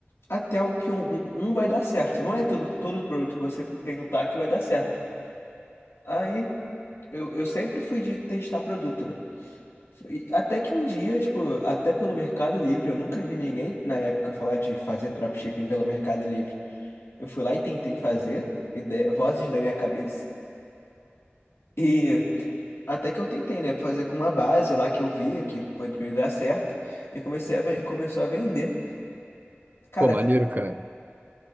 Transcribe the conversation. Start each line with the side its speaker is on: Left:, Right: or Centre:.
Left: até o que um, um vai dar certo. Não é todo, todo produto que você tentar que vai dar certo. Aí, eu, eu sempre fui de testar produto, né? E Até que um dia, tipo, até pelo Mercado Livre, eu nunca vi ninguém na época falar de fazer dropshipping pelo Mercado Livre. Eu fui lá e tentei fazer, ide- vozes da minha cabeça, e até que eu tentei, né, fazer com uma base lá que eu via que poderia dar certo, e comecei a, ven- começou a vender. Cara,
Right: Pô, maneiro, cara.